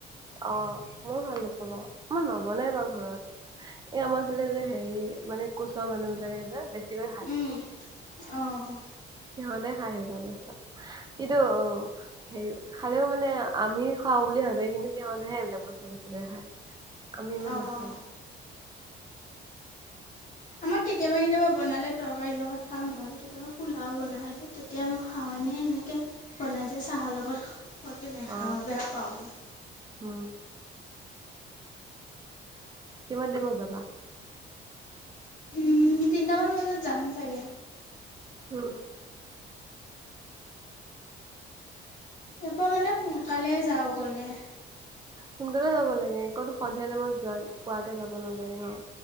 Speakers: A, on the right (about 20°); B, on the left (about 40°).
A: অঁ মইও ভাল নাপাওঁ বাও, মই নবনাই বাও ঘৰত। এই আমাৰ ফালে যে, হেৰি মানে কোচৰ মানুহ বিলাকে যে বেছিকৈ খায়।
B: উম অঁ।
A: সিহঁতে খায় সেইবিলাক বস্তু, কিন্তু হেৰি খালেও মানে আমি খাওঁ বুলি ভাবে, কিন্তু সিহঁতেহে এইবিলাক বস্তু বেছিকে খায়। আমি ইমান
B: অঁ
A: নাখাওঁ।
B: আমাৰ কেতিয়াবা, কেতিয়াবা বনালে তৰকাৰীৰ লগত খাওঁ, নহ'লে কেতিয়াবা পোলাও বনালে। তেতিয়া মই খাওঁ, এনেই এনেকে বনাই যে চাহৰ লগত খোৱাকে নেখাওঁ
A: অ
B: বেয়া পাওঁ মই।
A: উম। কিমান টাইমত যাবা?
B: উম, তিনিটামান বজাত যাম চাগে।
A: উম।
B: ইয়াৰপৰা মানে, সোনকালে যাওঁ গ'লে।
A: সোনকালে যাব লাগে, কত সন্ধিয়া টাইমত যোৱাৰ পোৱাকে যাব নালাগে ন,